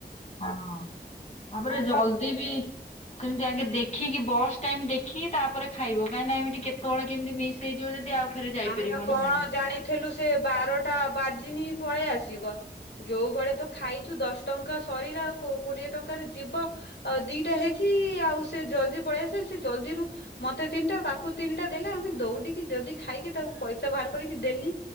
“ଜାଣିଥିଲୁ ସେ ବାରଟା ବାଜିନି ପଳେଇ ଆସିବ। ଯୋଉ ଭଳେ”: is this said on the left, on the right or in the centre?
Left